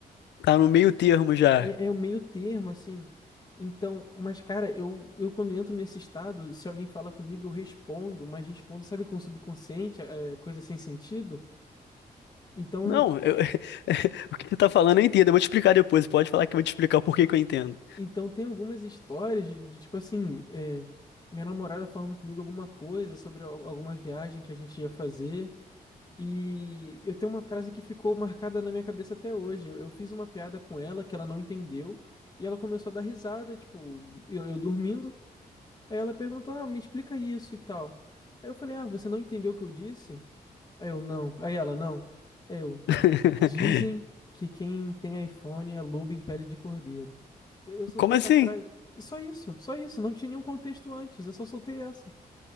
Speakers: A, on the left; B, on the left.
A: Tá no meio termo já.
B: É, é o meio termo, assim. Então, mas cara, eu, eu quando entro nesse estado, se alguém fala comigo, eu respondo, mas respondo, sabe, com o subconsciente, é, coisa sem sentido. Então
A: Não, eu- <laughs> o que você tá falando eu entendo. Eu vou te explicar depois. Pode falar que eu vou te explicar o porquê que eu entendo.
B: Então tem algumas histórias de, de, tipo assim, é, minha namorada falando comigo alguma coisa sobre al- alguma viagem que a gente ia fazer. E eu tenho uma frase que ficou marcada na minha cabeça até hoje. Eu, eu fiz uma piada com ela que ela não entendeu. E ela começou a dar risada, tipo, eu, eu dormindo. Aí ela perguntou, ah, me explica isso e tal. Aí eu falei, ah, você não entendeu o que eu disse? Aí eu não. Aí ela, não. Aí eu.
A: <laughs>
B: Dizem que quem tem iPhone é lobo em pele de cordeiro. Eu, eu soltei
A: Como
B: essa
A: assim?
B: frase. Só isso, só isso. Não tinha nenhum contexto antes. Eu só soltei essa.